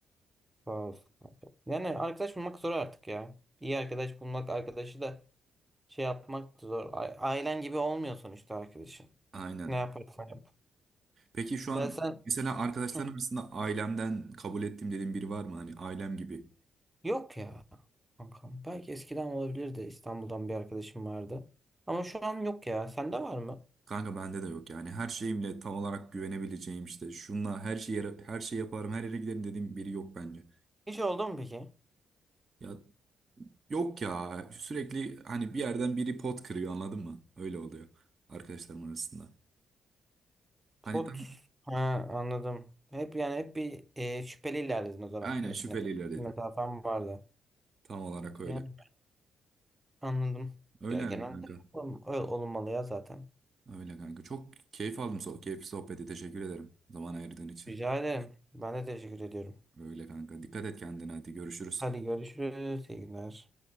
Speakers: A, on the right (about 20°); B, on the right (about 45°).
A: Sağ olsun. kanka. Yani arkadaş bulmak zor artık ya. İyi arkadaş bulmak, arkadaşı da şey yapmak da zor. A- Ailen gibi olmuyor sonuçta arkadaşın.
B: Aynen.
A: Ne yaparsan yap.
B: Peki şu an
A: Ya sen
B: mesela arkadaşların
A: Hı.
B: arasında ailemden kabul ettim dediğin biri var mı? Hani ailem gibi.
A: yok ya kankam. Belki eskiden olabilir de İstanbul'dan bir arkadaşım vardı. Ama şu an yok ya. Sende var mı?
B: Kanka bende de yok yani. Her şeyimle tam olarak güvenebileceğim işte. Şunla her şeyi her şey yaparım, her yere giderim dediğim biri yok bence.
A: Hiç oldu mu peki?
B: Ya yok ya. Sürekli hani bir yerden biri pot kırıyor anladın mı? Öyle oluyor arkadaşlarım arasında.
A: Pot.
B: Hani tam
A: Ha, anladım. Hep yani hep bir e, şüpheli ilerledin o zaman
B: aynen
A: arkadaşına
B: şüpheli
A: karşı.
B: ilerledim.
A: Bir mesafen vardı.
B: Tam olarak öyle.
A: Yani anladım.
B: Öyle
A: Ya, genelde
B: yani kanka.
A: ol- öyle olmalı ya zaten.
B: Öyle kanka. Çok keyif aldım so keyifli sohbeti. Teşekkür ederim zaman ayırdığın için.
A: Rica ederim. Ben de teşekkür ediyorum.
B: Öyle kanka. Dikkat et kendine hadi görüşürüz.
A: Hadi görüşürüz. İyi günler.